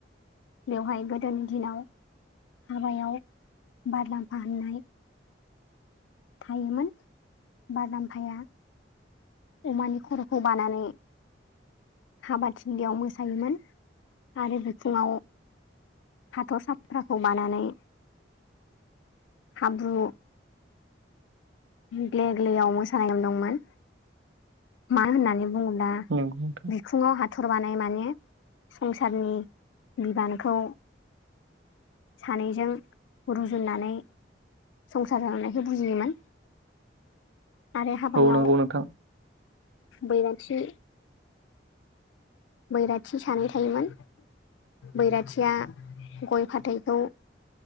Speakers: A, on the left; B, on the right.
A: बेवहाय गोदोनि दिनाव हाबायाव बारलाम्फा होननाय थायोमोन। बारलामफाया अमानि खर'खौ बानानै हाबाथिलायाव मोसायोमोन आरो बिथिङाव हाथर' साफ्राखौ बानानै हाब्रु ग्ले ग्लेयाव मोसानाय दंमोन। मानो होननानै बुङोब्ला
B: नंगौ
A: बिखुङाव हाथर बानाय माने संसारनि बिबानखौ सानैजों रुजुननानै संसार जानायखो बुजियोमोन। आरो हाबायाव
B: औ नंगौ नोंथां
A: बैराथि बैराथि सानै थायोमोन। बैराथिया गय फाथैखौ